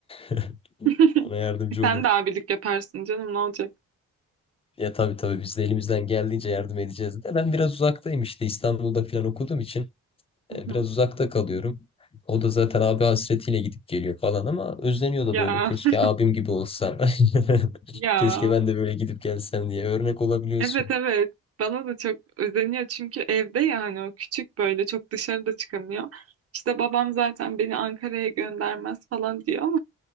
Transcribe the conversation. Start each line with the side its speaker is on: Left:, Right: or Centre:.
Left: <laughs>
Right: <laughs>
Left: Ona yardımcı
Right: Sen
Left: olur.
Right: de abilik yaparsın canım ne olacak?
Left: Ya tabii tabii biz de elimizden geldiğince yardım edeceğiz de. Ben biraz uzaktayım işte İstanbul'da falan okuduğum için
Right: Hı hı.
Left: e, biraz uzakta kalıyorum. O da zaten abi hasretiyle gidip geliyor falan ama özleniyor da
Right: Ya
Left: böyle keşke
Right: <laughs>
Left: abim gibi olsam. <laughs>
Right: ya
Left: Keşke ben de böyle gidip gelsem diye örnek olabiliyorsun.
Right: evet evet bana da çok özeniyor çünkü evde yani o küçük böyle çok dışarıda çıkamıyor. İşte babam zaten beni Ankara'ya göndermez falan diyor